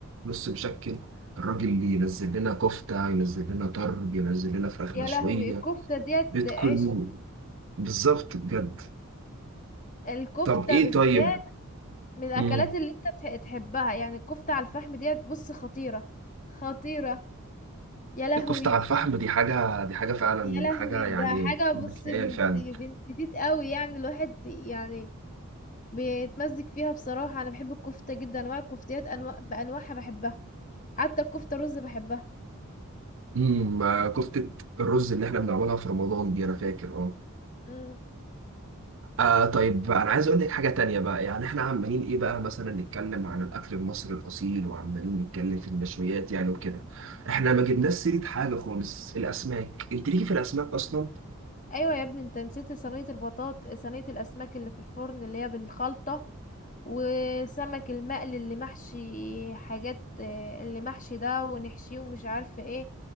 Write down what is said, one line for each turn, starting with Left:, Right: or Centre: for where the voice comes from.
Right: نص مشكل الراجل اللي ينزل لنا كفتة ينزل لنا طرب ينزل لنا فراخ
Left: يا
Right: مشوية
Left: لهوي الكفتة ديت
Right: بتكون
Left: عيش
Right: بالظبط بجد
Left: الكفتة
Right: طب ايه
Left: بالذات
Right: طيب
Left: من الاكلات
Right: امم
Left: اللي انت تح- تحبها يعني الكفتة على الفحم ديت بص خطيرة خطيرة يا لهوي
Right: الكفتة على الفحم دي حاجة دي حاجة فعلا
Left: يا لهوي
Right: حاجة يعني
Left: ده حاجة بص
Right: خيال
Left: بنت
Right: فعلا
Left: بنت تيت قوي يعني الواحد يعني بيتمزج فيها بصراحة انا بحب الكفتة جدا انواع الكفتيات انواع بانواعها بحبها حتى الكفتة رز بحبها
Right: امم آه، كفتة الرز اللي احنا بنعملها في رمضان دي انا فاكر اه
Left: إمم.
Right: آه طيب انا عايز اقول لك حاجة تانية بقى يعني احنا عمالين ايه بقى مثلا نتكلم عن الاكل المصري الاصيل وعمالين نتكلم في المشويات يعني وكده احنا ما جبناش سيرة حاجة خالص الاسماك انت ليكي في الاسماك اصلا
Left: ايوه يا ابني انت نسيت صينيه البطاط صينيه الاسماك اللي في الفرن اللي هي بالخلطه وسمك المقل اللي محشي حاجات آه، اللي محشي ده ونحشيه ومش عارفه ايه